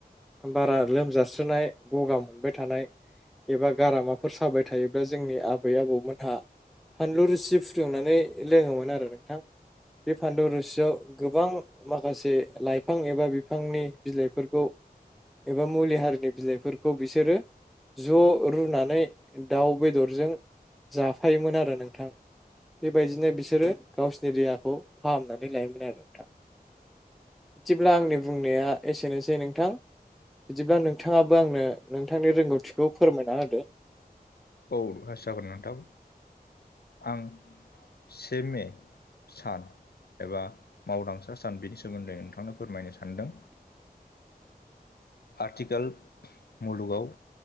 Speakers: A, in the centre; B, on the left.
A: बारा लोमजास्राय गगा मोनबाय थानाय एबा गारामाफोर साबाय थायोब्ला जोंनि आबै आबौमोनहा फानलु रोसि फुदुंनानै लोङोमोन आरो नोंथां। बे फानलु रोसियाव गोबां माखासे लाइफां एबा बिफांनि बिलाइफोरखौ एबा मुलि हारिनि बिलाइफोरखौ बिसोरो ज' रुनानै दाउ बेदरजों जाफायोमोन आरो नोंथां। बेबायदिनो बिसोरो गावसोरनि देहाखौ फाहामनानै लायोमोन आरो नोंथां। बिदिब्ला आंनि बुंनाया एसेनोसै नोंथां। बिदिब्ला नोंथाङाबो आंनो नोंथांनि रोंगौथिखौ फोरमायना होदो।
B: औ आ जागोन नोंथां आं से मे सान एबा मावदांसा सान बिनि सोमोन्दै नोंथांनो फोरमायनो सानदों। आथिखाल मुलुगाव